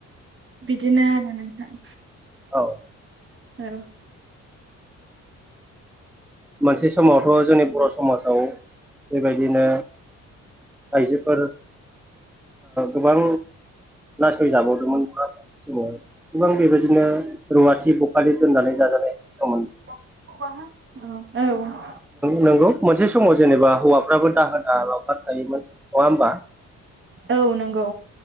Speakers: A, on the right; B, in the centre.
A: बिदिनो आरो नोंथां।
B: औ
A: औ।
B: मोनसे समावथ' जोंनि बर' समाजाव बेबायदिनो आइजोफोर गोबां नासयजाबावदोंमोन बा जोङो गोबां बेबायदिनो रुवाथि बखालि दोननानै जाजानाय सममोन
A: औ
B: नंगौ मोनसे समाव जेनेबा हौवाफ्राबो दाहोना लावखार थायोमोन नङा होनबा
A: औ नंगौ